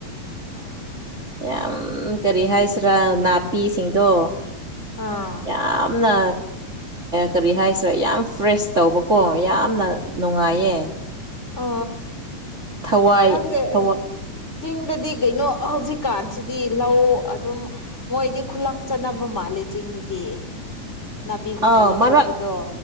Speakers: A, on the left; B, on the right.
A: ꯎꯝ
B: ꯌꯥꯝ ꯀꯔꯤ ꯍꯥꯏꯁꯤꯔꯥ ꯅꯥꯄꯤꯁꯤꯡꯗꯣ
A: ꯑꯥ
B: ꯌꯥꯝꯅ ꯀꯔꯤ ꯍꯥꯏꯁꯤꯔꯦ ꯌꯥꯝ ꯐ꯭ꯔꯦꯁ ꯇꯧꯕꯀꯣ ꯌꯥꯝꯅ ꯅꯨꯡꯉꯥꯏꯌꯦ
A: ꯑ
B: ꯊꯋꯥꯏ
A: ꯀꯪꯒꯦ
B: ꯊꯋꯥꯏ
A: ꯆꯤꯡꯗꯗꯤ ꯀꯩꯅꯣ ꯍꯧꯖꯤꯛꯀꯥꯟꯁꯤꯗꯤ ꯂꯧ ꯑꯗꯨꯝ ꯃꯣꯏꯗꯤ ꯈꯨꯂꯪ ꯆꯠꯅꯕ ꯃꯥꯜꯂꯦ ꯆꯤꯡꯗꯗꯤ ꯅꯥꯕꯤꯒꯨꯝꯕ
B: ꯑꯥꯎ
A: ꯂꯧꯊꯣꯛꯄꯗꯣ
B: ꯃꯔꯛ